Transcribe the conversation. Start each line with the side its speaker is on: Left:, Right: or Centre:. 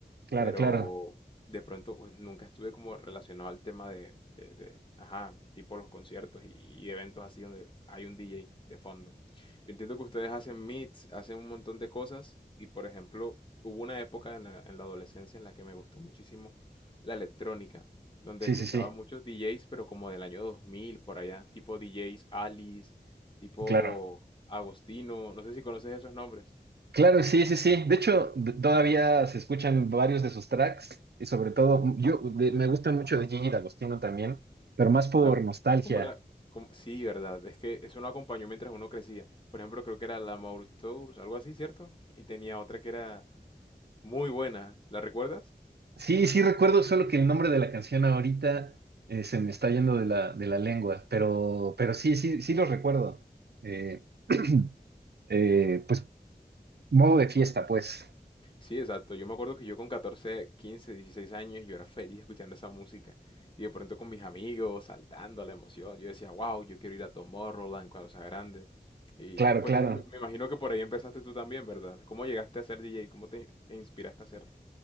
Right: claro,
Left: pero
Right: claro,
Left: de pronto pues, nunca estuve como relacionado al tema de, de- de, ajá, tipo los conciertos y, y eventos así donde hay un DJ de fondo. Yo entiendo que ustedes hacen meets, hacen un montón de cosas y por ejemplo hubo una época en la, en la adolescencia en la que me gustó muchísimo la electrónica, donde
Right: sí,
Left: escuchaba
Right: sí, sí,
Left: muchos DJs, pero como del año 2000 por allá, tipo DJs Alice, tipo
Right: claro.
Left: Agostino, no sé si conoces esos nombres.
Right: Claro, sí, sí, sí. De hecho, d- todavía se escuchan varios de sus tracks y sobre todo, yo de- me gustan mucho de Gigi D'Agostino también, pero más por
Left: La,
Right: nostalgia.
Left: ¿cómo era? ¿Cómo? Sí, verdad. Es que eso no acompañó mientras uno crecía. Por ejemplo, creo que era la Tours, algo así, ¿cierto? Y tenía otra que era muy buena. ¿La recuerdas?
Right: Sí, sí recuerdo, solo que el nombre de la canción ahorita eh, se me está yendo de la, de la lengua, pero, pero sí, sí, sí los recuerdo. Eh, <clears throat> eh, pues modo de fiesta, pues.
Left: Sí, exacto. Yo me acuerdo que yo con 14 15 16 años, yo era feliz escuchando esa música. Y de pronto con mis amigos, saltando a la emoción. Yo decía, wow, yo quiero ir a Tomorrowland cuando sea grande. Y
Right: Claro,
Left: pues
Right: claro.
Left: no- me me imagino que por ahí empezaste tú también, ¿verdad? ¿Cómo llegaste a ser DJ? ¿Cómo te, te inspiraste a hacerlo?